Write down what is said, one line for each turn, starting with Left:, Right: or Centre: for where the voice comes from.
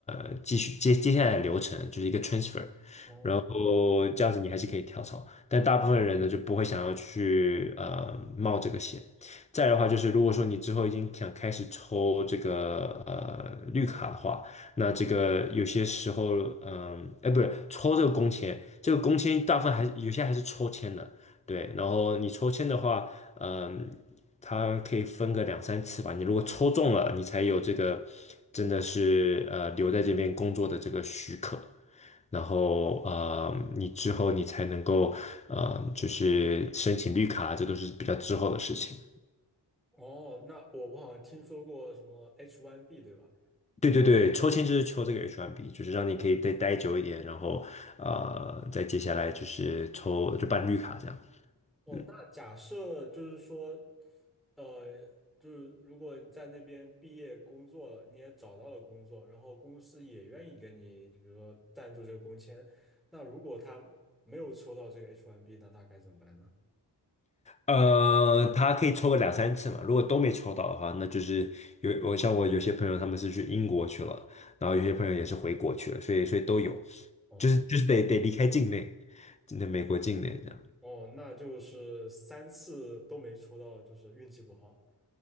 Left: 呃继续接接下来的流程，就是一个 transfer。
Centre: 哦。
Left: 然后这样子你还是可以跳槽，但大部分人呢就不会想要去呃冒这个险。再来的话就是，如果说你之后已经想开始抽这个绿卡的话，那这个有些时候，嗯，哎，不是抽这个工签，这个工签大部分还是有些还是抽签的，对。然后你抽签的话，嗯，它可以分个两三次吧。你如果抽中了，你才有这个真的是呃留在这边工作的这个许可。然后呃，你之后你才能够呃，就是申请绿卡，这都是比较之后的事情。
Centre: 哦，那我我好像听说过什么 H1B 对吧？
Left: 对对对，抽签就是抽这个 H1B，就是让你可以再待久一点，然后呃，再接下来就是抽就办绿卡这样。
Centre: 哦，
Left: 嗯，
Centre: 那假设就是说，呃，就是如果你在那边毕业工作了，你也找到了工作，然后公司也愿意给你，就比如说赞助这个工签，那如果他没有抽到这个 H1B，那他该怎么办呢？
Left: 呃，他可以抽个两三次嘛，如果都没抽到的话，那就是有我像我有些朋友他们是去英国去了，然后有些朋友也是回国去了，所以所以都有，
Centre: 哦
Left: 就是就是得得离开境内，那美国境内这样。
Centre: 哦，那就是三次都没抽到，就是运气不好。